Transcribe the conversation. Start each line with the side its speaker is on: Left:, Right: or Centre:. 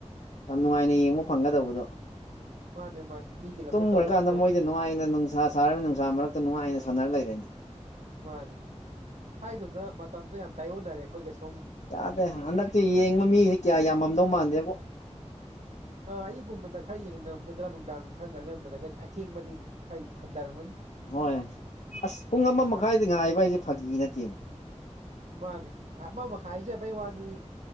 Left: ꯌꯥꯝ ꯅꯨꯡꯉꯥꯏꯅ ꯌꯦꯡꯕ ꯐꯪꯒꯗꯧꯕꯗꯣ
Right: ꯃꯥꯅꯦ ꯃꯥꯅꯦ ꯃꯤꯒꯤ ꯂꯝꯗ
Left: ꯇꯨꯝꯒ꯭ꯔꯀꯥꯟꯗ
Right: ꯇꯧꯕ ꯍꯥꯏꯗꯣ ꯑꯣꯏ
Left: ꯃꯣꯏꯗꯤ ꯅꯨꯡꯉꯥꯏꯅ ꯅꯨꯡꯁꯥ ꯁꯥꯔꯤꯕ ꯅꯨꯡꯁꯥ ꯃꯔꯛꯇ ꯅꯨꯡꯉꯥꯏꯅ ꯁꯥꯟꯅ ꯂꯩꯔꯦꯅꯦ
Right: ꯃꯥꯅꯦ ꯍꯥꯏꯒꯨꯝꯗꯅ ꯃꯇꯝꯗꯣ ꯌꯥꯝ ꯇꯥꯏꯌꯣꯟꯅꯔꯦ ꯑꯩꯈꯣꯏꯒꯁꯨ
Left: ꯌꯥꯗꯦ ꯍꯟꯗꯛꯇꯤ ꯌꯦꯡꯕ ꯃꯤꯖꯦ ꯀꯌꯥ ꯌꯥꯝꯃꯝꯗꯧ ꯃꯥꯟꯗꯦꯕꯣ
Right: ꯑꯥ ꯑꯌꯨꯛꯀꯨꯝꯕꯗ ꯈꯔ ꯌꯦꯡꯅꯔꯝꯒꯗ꯭ꯔꯥ ꯅꯨꯡꯗꯥꯡ ꯈꯔ ꯑꯉꯟꯕꯗꯒꯗꯤ ꯑꯈꯦꯡꯕꯗꯤ ꯈꯩ ꯍꯟꯊꯔꯝꯒꯅꯤ
Left: ꯍꯣꯏ ꯑꯁ ꯄꯨꯡ ꯑꯃ ꯃꯈꯥꯏꯗ ꯉꯥꯏꯕ ꯍꯥꯏꯁꯦ ꯐꯥꯒꯤ ꯅꯠꯇꯦꯅꯦ
Right: ꯃꯥꯅꯦ ꯑꯃ ꯃꯈꯥꯏ ꯍꯥꯏꯖꯕꯩ ꯋꯥꯅꯤ